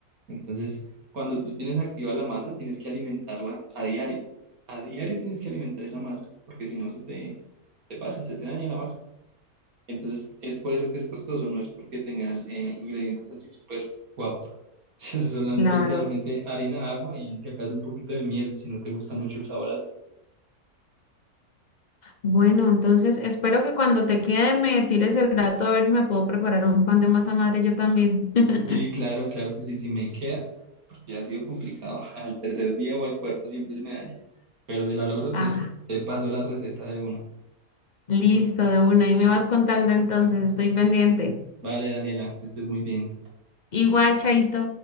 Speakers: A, on the right (about 65°); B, on the left (about 45°).
A: Entonces, cuando tú tienes activa la masa, tienes que alimentarla a diario. A diario tienes que alimentar esa masa, porque si no se te, te pasa, se te daña la masa. Entonces, es por eso que es costoso, no es porque tengan eh, ingredientes así súper guau. <laughs> Es solamente
B: Claro.
A: literalmente harina, agua y si acaso un poquito de miel, si no te gusta mucho el sabor así.
B: Bueno, entonces espero que cuando te quede me tires el dato a ver si me puedo preparar un pan de masa madre yo también. <laughs>
A: Sí, claro, claro que sí, sí me queda, porque ha sido complicado. <laughs> Al tercer día o al cuarto siempre se me daña. Pero si la logro,
B: Ah,
A: te, te paso la receta de una.
B: listo, de una. Ahí me vas contando entonces, estoy pendiente.
A: Vale, Daniela, que estés muy bien.
B: Igual, Chaito.